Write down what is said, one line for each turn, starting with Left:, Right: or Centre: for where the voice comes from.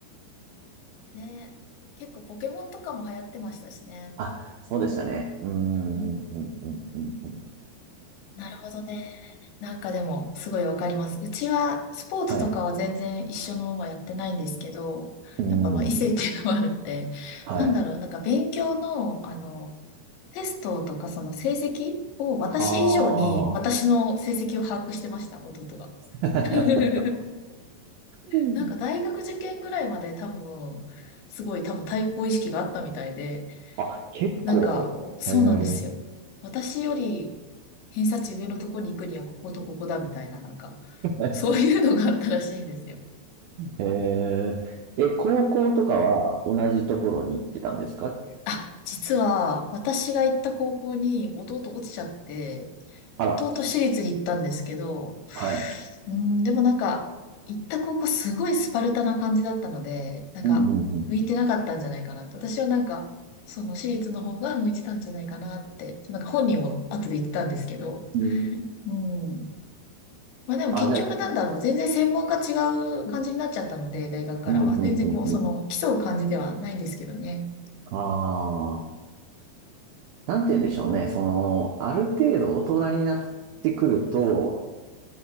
Left: ね。結構ポケモンとかも流行ってましたしね。
Right: あ、そうでしたね。うーん、
Left: うん
Right: うん、うん、うん。うん
Left: なるほどね。なんかでも、すごいわかります。うちは、スポーツとかは全然一緒のはやってないんですけど、
Right: はい。うーん、
Left: やっぱまあ異性っていうのもあるんで、
Right: はい。
Left: なんだろう、なんか勉強の、あの、テストとかその成績を私以上に私の成績を把握してました、
Right: ああ。
Left: 弟が。
Right: <laughs>
Left: <laughs>
Right: うん
Left: なんか大学受験ぐらいまで多分、すごい多分対抗意識があったみたいで、
Right: あ、結構。
Left: なんか、そうなんですよ。
Right: へえ。
Left: 私より偏差値上のとこに行くにはこことここだみたいな、なんか、
Right: <laughs>
Left: そういうのがあったらしいんですよ。
Right: へえー。え、高校とかは同じところに行ってたんですか
Left: あ、実は私が行った高校に弟落ちちゃって、
Right: あら、
Left: 東私立に行ったんですけど、
Right: はい。
Left: うん、でもなんか、行った高校すごいスパルタな感じだったので、なんか、
Right: うん、うん、うん。
Left: 向いてなかったんじゃないかなと。私はなんか、その私立の方が向いてたんじゃないかなって、なんか本人も後で言ってたんですけど、
Right: うん。
Left: うん。まあでも結局なんだろう、
Right: あ、じゃあ、
Left: 全然専門が違う感じになっちゃったので、大学からは。
Right: うん、うん、
Left: 全然こう、
Right: うん、うん。
Left: その、競う感じではないんですけどね。
Right: ああ。なんて言うんでしょうね。その、ある程度大人になってくると、